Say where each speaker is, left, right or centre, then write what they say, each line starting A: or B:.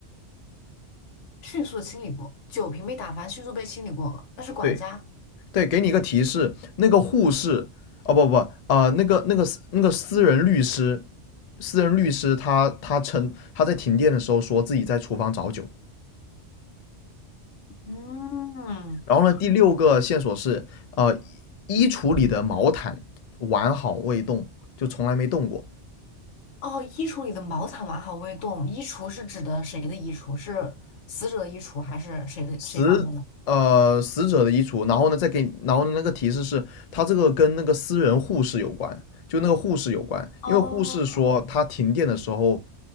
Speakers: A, on the left; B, on the left.
A: 迅速的清理过，酒瓶被打翻，迅速被清理过，那是管家。
B: 对，对，给你一个提示，那个护士，哦不不啊、呃那个那个那个私人律师，私人律师他他称他在停电的时候说自己在厨房找酒。
A: 嗯，
B: 然后呢，第六个线索是，呃，衣橱里的毛毯完好未动，就从来没动过。
A: 哦，衣橱里的毛毯完好未动，衣橱是指的谁的衣橱？是死者的衣橱还是谁的谁房间的？
B: 死呃死者的衣橱，然后呢再给，然后呢那个提示是，他这个跟那个私人护士有关，就那个护士有关，
A: 哦，
B: 因为护士说他停电的时候